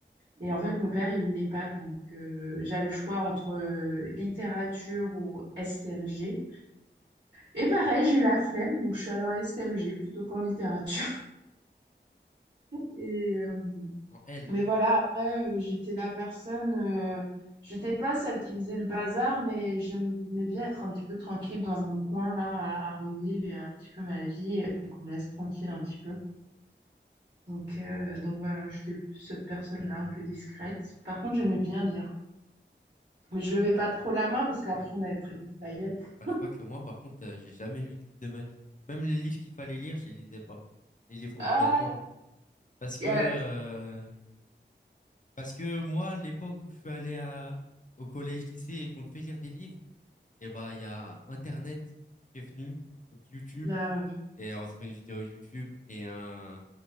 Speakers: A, on the right; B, on the left.
A: Et en fait, mon père, il voulait pas. Donc, euh, j'avais le choix entre euh, littérature ou STMG. Et pareil, j'ai eu la flemme, donc je suis allée en STMG plutôt qu'en littérature. <laughs> Et, euh,
B: En L.
A: mais voilà, après, euh, j'étais la personne, euh, j'étais pas celle qui faisait le bazar, mais j'aimais bien être un petit peu tranquille dans mon coin, là, à, à revivre et un petit peu ma vie, et qu'on me laisse tranquille un petit peu. Donc, euh, donc voilà, j'étais plus cette personne-là, un peu discrète. Par contre, j'aimais bien lire. Mais je levais pas trop la main parce qu'après
B: Ouais.
A: on allait me traiter de paillotte.
B: Bah, je crois que moi, par contre, euh, j'ai jamais lu de livre de ma vie. Même les livres qu'il fallait lire, je les lisais pas. Les livres obligatoires,
A: Ah,
B: là. Parce que,
A: euh,
B: euh, parce que moi, l'époque où je suis allé à, au collège-lycée et qu'on te fait lire des livres, et bah il y a Internet qui est venu, donc YouTube,
A: bah ouais.
B: et entre une vidéo YouTube et un,